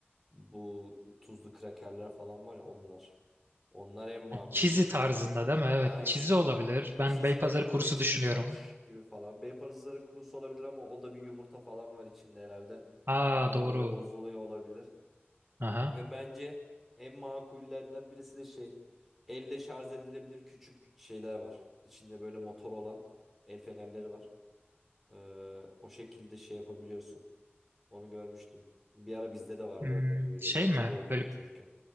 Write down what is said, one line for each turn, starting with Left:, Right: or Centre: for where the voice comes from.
Centre: bu tuzlu krakerler falan var ya onlar. Onlar en makulü
Right: Çizi
Centre: gibi
Right: tarzında
Centre: duruyor.
Right: değil mi? Evet,
Centre: Aynen.
Right: çizi olabilir. Ben
Centre: Cheese
Right: Beypazarı
Centre: ya da bu
Right: kurusu
Centre: etinin
Right: düşünüyorum.
Centre: taç gibi falan. Bey parızları kurusu olabilir ama o da bir yumurta falan var içinde herhalde.
Right: Aa
Centre: Ondan
Right: doğru.
Centre: dolayı bozuluyor olabilir.
Right: Aha.
Centre: Ve bence en makullerden birisi de şey elle şarj edilebilir küçük şeyler var. İçinde böyle motor olan el fenerleri var. Ee, o şekilde şey yapabiliyorsun. Onu görmüştüm. Bir ara bizde de vardı
Right: Hmm,
Centre: ondan böyle
Right: şey mi?
Centre: çok oynuyordum
Right: Böyle
Centre: çocukken.